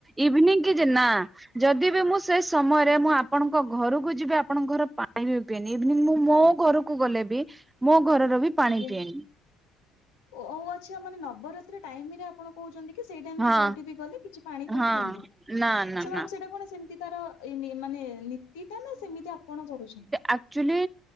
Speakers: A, on the right (about 15°); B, on the left (about 85°).
A: ଇଭିନିଂ କି ଯେ ନା ଯଦି ବି ମୁଁ ସେ ସମୟରେ ମୁଁ ଆପଣଙ୍କ ଘରକୁ ଯିବି ଆପଣଙ୍କ ଘର ପାଣି ବି ପିଇନି ଇଭନି ମୁଁ ମୋ ଘରକୁ ଗଲେ ବି। ମୋ ଘରର ବି ପାଣି
B: ଆଜ୍ଞା
A: ପିଏନି।
B: ଓ ଆଚ୍ଛା ମାନେ ନବରାତ୍ରି ଟାଇମରେ କଣ କହୁଛନ୍ତି କି ସେଇ ଟାଇମ
A: ହଁ
B: ରେ ଯୋଉଠି ବି ଗଲେ କିଛି ପାଣି ଫାଣି
A: ହଁ
B: ପିଅନ୍ତିନି,
A: ନା ନା
B: ଆଛା ମାନେ
A: ନା
B: ସେଟା କଣ ସେମି ତାର ଏ ମାନେ ନୀତି ଟା ନା ସେମିତି ଆପଣ କରୁଛନ୍ତି?
A: ଆକ୍ ଚୁଆଲି